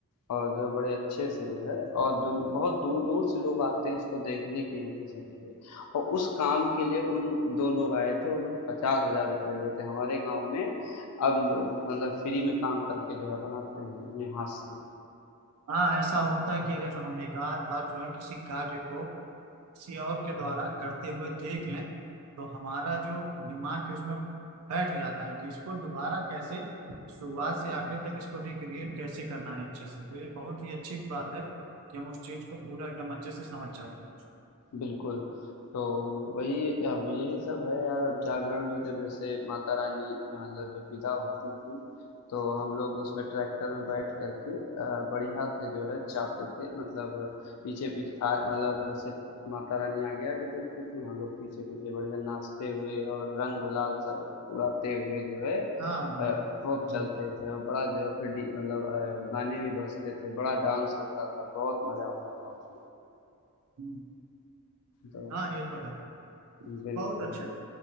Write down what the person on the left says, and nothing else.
और जो है बड़े अच्छे से जो है और दुन बहुत दूर-दूर से लोग आते हैं उसको देखने के लिए समझिए और उस काम के लिए उन 2 लोग आए थे, उन्होंने 50,000 रुपए लिए थे। हमारे गाँव में अब लोग मतलब फ्री में काम करके जो है बनाते हैं अपने हाथ से।
बिल्कुल, तो वही अब यही सब है यार अब जागरण में जब जैसे माता रानी अ, मतलब जब विदा होती थी तो हम लोग उसमें ट्रैक्टर में बैठ करके अ, बढ़िया से जो है चाहते थे मतलब पीछे पीछे आ, मतलब जैसे माता रानी आगे आगे चलती थी हम लोग पीछे पीछे बढ़िया नाचते हुए और रंग गुलाल सब उड़ाते हुए जो है अ,
खूब
चलते थे और बड़ा जो है फिर डी- मतलब अ, गाने भी बजते थे बड़ा डांस होता था बहुत मजा आता था उसमें
तो
बिल्कुल
बिल्कुल